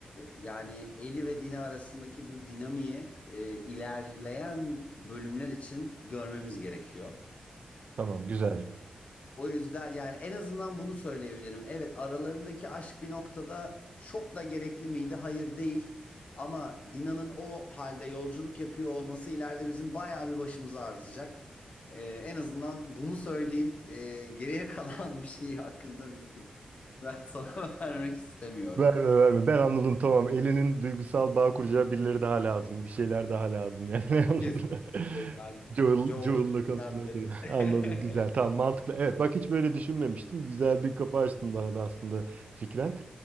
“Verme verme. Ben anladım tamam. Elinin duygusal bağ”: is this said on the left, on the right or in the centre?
Right